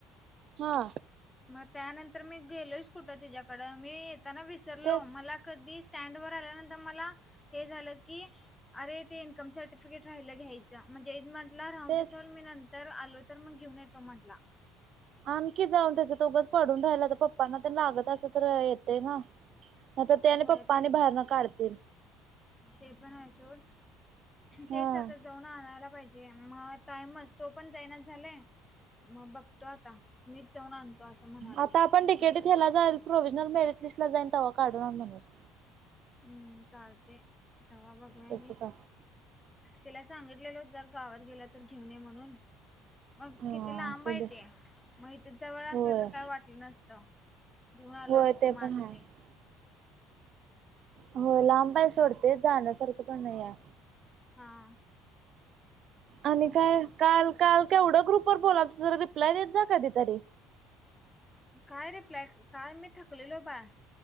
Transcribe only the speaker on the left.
मग त्यानंतर मी गेलोयच कुठं तिच्याकडं मी येताना विसरलो
मला कधी. स्टँड वर आल्यानंतर मला हे झालं की. अरे ते इनकम सर्टिफिकेट राहिलं घ्यायचं म्हणजे म्हला राह
दिसल मी नंतर आलो तर मग घेऊन येतो म्हंटला
व
ते
ते पण असून
तेच आता जाऊन आणायला पाहिजे जे मग टाइमच तो पण जायना झालाय मग बघ. तो आता मीच जाऊन आणतो असं म्हणाले
गेलं
तर.
हम्म चालते जवा बघूया
गे.
तिला सांगितलेलो जर गावात गेला तर घेऊन ये म्हणून. मग
किती लांब
आहे
ते, मग इथे जवळ
असलं तर काय वाटलं नसतं. घेऊन आलो
असतो
माझ
मीच.
हा
काय रिप्लाय काय मी थकलेलो बाळ